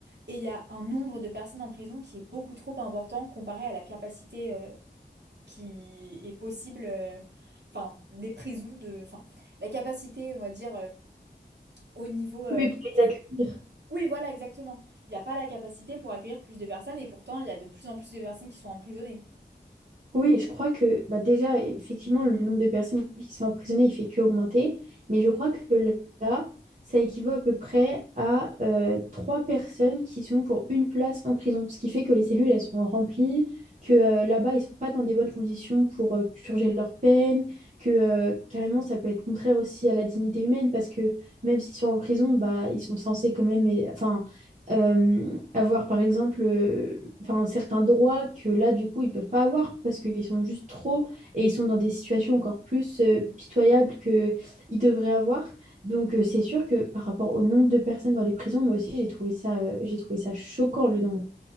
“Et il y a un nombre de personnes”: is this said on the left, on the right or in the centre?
Right